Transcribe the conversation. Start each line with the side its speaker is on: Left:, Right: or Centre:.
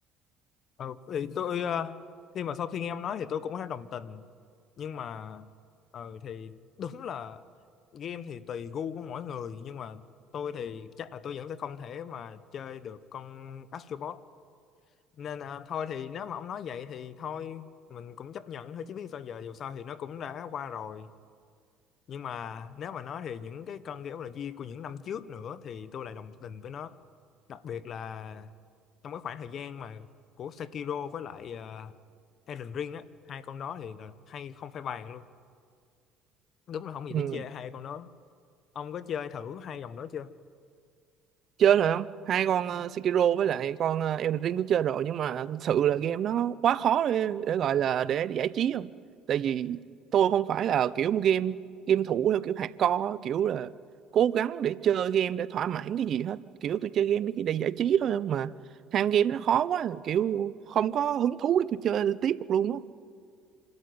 Left: Ờ, thì tôi ờ, khi mà sau khi nghe em nói thì tôi cũng thấy đồng tình nhưng mà ờ, thì đúng là game thì tùy gu của mỗi người nhưng mà tôi thì chắc là tôi vẫn sẽ không thể mà chơi được con Astro Bot nên ờ, thôi thì nếu mà ông nói vậy thì thôi mình cũng chấp nhận thôi chứ biết sao giờ dù sao thì nó cũng đã qua rồi nhưng mà nếu mà nói thì những cái cân kiểu là di của những năm trước nữa thì tôi lại đồng tình với nó đặc biệt là trong cái khoảng thời gian mà của Sekiro với lại ờ, Elden Ring á hai con đó thì là hay không phải bàn luôn đúng là không gì để
Right: ừ.
Left: chê hai con đó ông có chơi thử hai dòng đó chưa
Right: chơi rồi không hai con ờ, Sekiro với lại con ờ, Elden Ring tôi chơi rồi nhưng mà thực sự là game nó quá khó để, để gọi là để giải trí không tại vì tôi không phải là kiểu game game thủ theo kiểu hardcore á, kiểu là cố gắng để chơi game để thỏa mãn cái gì hết kiểu tôi chơi game để chỉ để giải trí thôi không mà ham game nó khó quá kiểu không có hứng thú để tôi chơi tiếp được luôn á